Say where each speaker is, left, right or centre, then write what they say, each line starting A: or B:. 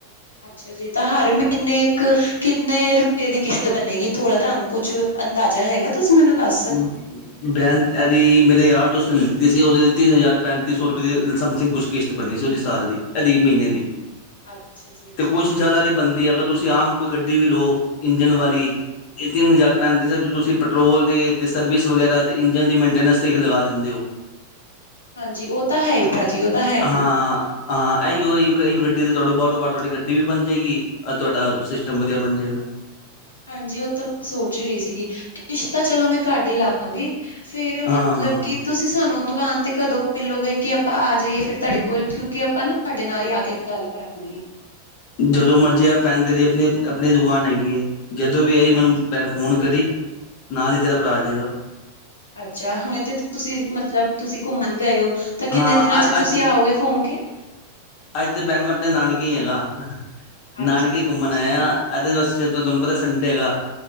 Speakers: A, on the left; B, on the left.
A: ਅੱਛਾ ਜੀ, ਤਾਂ ਹਰ ਮਹੀਨੇ ਇੱਕ ਕਿੰਨੇ ਰੁਪਏ ਦੀ ਕਿਸ਼ਤ ਬਣੇਗੀ, ਥੋੜਾ ਤੁਹਾਨੂੰ ਕੁਛ ਅੰਦਾਜ਼ਾ ਹੈਗਾ। ਤੁਸੀਂ ਮੈਨੂੰ ਦੱਸ ਦੋ
B: ਹੂੰ, ਬੈਨ, ਇਹਦੀ ਮੇਰੇ ਯਾਰ -ਦੋਸਤ ਨੇ ਲਿੱਤੀ ਸੀ। ਉਹਨੇ ਦੀ ਤਿੰਨ ਹਜ਼ਾਰ -ਪੈਂਤੀ ਸੌ ਰੁਪਏ ਸਮਥਿੰਗ ਕੁਛ ਕਿਸ਼ਤ ਬੰਨੀ ਸੀ ਉਹਦੀ ਸਾਲ ਦੀ, ਅਦੀ ਮਹੀਨੇ ਦੀ।
A: <inaudible> ਜੀ ਅੱਛਾ
B: ਤੇ ਕੁਛ
A: ਜੀ
B: ਜ਼ਿਆਦਾ ਨਹੀਂ ਬਣਦੀ, ਅਗਰ ਤੁਸੀਂ ਆਮ ਕੋਈ ਗੱਡੀ ਵੀ ਲਓ ਇੰਜਨ ਵਾਲੀ ਇਹ ਤਿੰਨ ਹਜ਼ਾਰ -ਪੈਂਤੀ ਸੌ ਤੁਸੀਂ ਪੈਟਰੋਲ ਦੇ ਤੇ ਸਰਵਿਸ ਵਗੈਰਾ ਅਤੇ ਇੰਜਨ ਦੀ ਮੇਨਟੇਨੈਂਸ ਲਗਾ ਦਿੰਦੇ ਹੋ।
A: ਹਾਂਜੀ, ਉਹ ਤਾਂ ਹੈ। ਪਰਾਜੀ ਔ ਤਾ ਹੈ। ਹੀ
B: ਹਾਂ, ਹਾਂ, ਇਹੀਓ ਗੱਡੀ ਤੁਹਾਡੀ ਬਹਾਰੋਂ ਬਾਰ ਤੁਹਾਡੀ ਗੱਡੀ ਵੀ ਬਣ ਜਾਏਗੀ। ਤੁਹਾਡਾ ਸਿਸਟਮ ਵਧੀਆ ਬਣ ਜਾਏਗਾ।
A: ਹਾਂਜੀ, ਉਹ ਤਾਂ ਮੈਂ ਸੋਚ ਹੀ ਰਹੀ ਸੀਗੀ, ਕਿਸ਼ਤਾਂ ਚਲੋ ਮੈਂ ਘਟ ਹੀ ਲਾ। ਹਾਂਜੀ, ਫੇਰ ਮਤਲਬ,
B: ਹਾਂ
A: ਕਿ ਤੁਸੀਂ ਸਾਨੂੰ ਦੁਕਾਨ ਤੇ ਕਦੋਂ ਮਿਲੋਗੇ, ਕਿ ਆਪਾਂ ਆ ਜਾਈਏ ਫਿਰ ਤੁਹਾਡੇ ਕੋਲ ਕਿਉਂਕਿ ਆਪਾਂ ਨਾ। ਤੁਹਾਡੇ ਨਾਲ ਹੀ ਆ ਕੇ ਗੱਲ ਕਰਨੀ ਹੈ।
B: ਜਦੋਂ ਮਰਜੀ ਆ ਪੈਣ ਤੇਰੀ ਆਪਣੀ- ਆਪਣੀ ਦੁਕਾਨ ਹੈਗੀ ਹੈ, ਜਦੋਂ ਵੀ ਆਈ
A: ਅੱਛਾ।
B: ਮੈਨੂੰ ਭੈਣ ਫੋਨ ਕਰੀ, ਨਾਲ ਹੀ ਤੇਰਾ ਭਰਾ ਆ ਜਾਵੇਗਾ।
A: ਅੱਛਾ ਹੁਣੇ ਤੇ ਤੁਸੀਂ ਮਤਲਬ ਤੁਸੀਂ ਘੁੰਮਣ ਗਏ ਹੋ, ਤਾਂ ਕਿੰਨੇ
B: ਹਾਂ
A: ਦਿਨਾਂ ਚ
B: ਅ
A: ਤੁਸੀਂ
B: ਅੱਜ
A: ਆਓਗੇ ਘੁੰਮ ਕੇ?
B: ਅੱਜ ਤਾਂ ਭੈਣ ਮੈਂ ਆਪਣੇ ਨਾਨਕੇ ਹੈਗਾ
A: ਅੱਛਾ
B: ਨਾਨਕੇ
A: ਜੀ
B: ਘੁੰਮਣ
A: ਅੱਛਾ
B: ਆਇਆ। ਇਹ ਦੇ ਵਾਸ ਜਦੋ ਤੁਹਾਨੂੰ ਪਤਾ ਸੰਡੇ ਹੈਗਾ